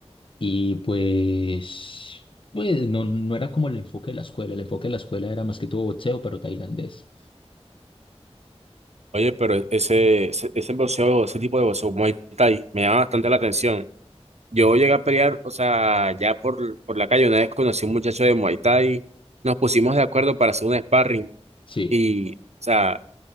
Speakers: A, on the left; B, on the right.
A: Y pues, pues no, no era como el enfoque de la escuela, el enfoque de la escuela era más que todo boxeo, pero tailandés.
B: Oye, pero e-, ese, ese, ese boxeo, ese tipo de boxeo, Muay Thai, me llama bastante la atención. Yo llegué a pelear, o sea, ya por, por la calle, una vez conocí a un muchacho de Muay Thai, nos pusimos de acuerdo para hacer un sparring
A: Sí,
B: y, o sea,